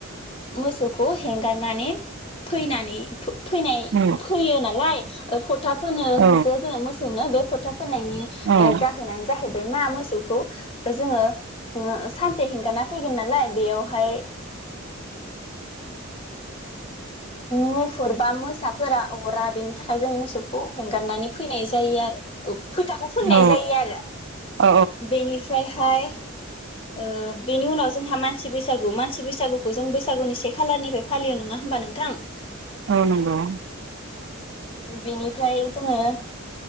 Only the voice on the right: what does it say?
औ
औ
औ
औ
औ
अ नंगौ